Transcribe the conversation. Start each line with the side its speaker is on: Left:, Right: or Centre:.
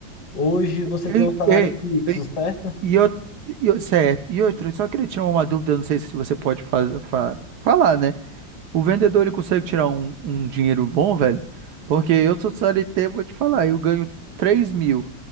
Left: Hoje você
Right: Ei,
Left: tem um salário
Right: ei,
Left: fixo, certo?
Right: E eu, e eu- certo. E outra, eu só queria tirar uma dúvida, não sei se você pode fa- fa- falar, né? O vendedor, ele consegue tirar um, um dinheiro bom, velho? Porque eu sou CLT, vou te falar, eu ganho 3 mil.